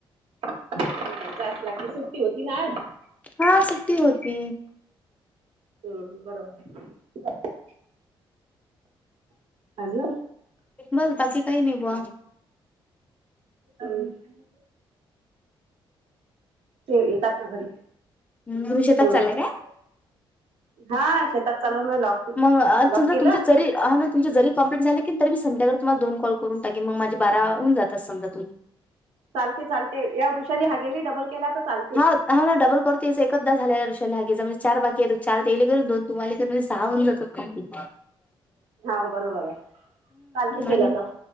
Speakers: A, on the right (about 80°); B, on the left (about 15°).
A: <inaudible> नाय जापला की सुट्टी होती ना आज.
B: हा सुट्टी होती
A: हम्म, बरोबर आय अजून
B: बस बाकी काय नाय बॉ.
A: हम्म. ते येतात ना घरी?
B: हम्म, तुम्ही शेतात
A: हम्म
B: चालला काय?
A: हा शेतात चालवण लॉक
B: म आज
A: लॉक
B: समजा
A: केलं
B: तुमचे चरी तुम जरी कम्लीट झाली तरी संध्याकाळी मी तुम्हाला दोन कॉल करून टाकेन मग माझे बारा हुन जातात समजा तुम्ही.
A: चालते चालते या वृषाली हागेली डबल केला तर चालते
B: हा. हा ना डबल करू तेच एकदा झालाय वृषाली हागेचा म्हजे चार बाकी आयत चार तेले करून दोन तुम्हाले करू म्हजे सहा होन जातो. काकी
A: हाव बरोबर आय चालते केलं
B: आणि
A: त.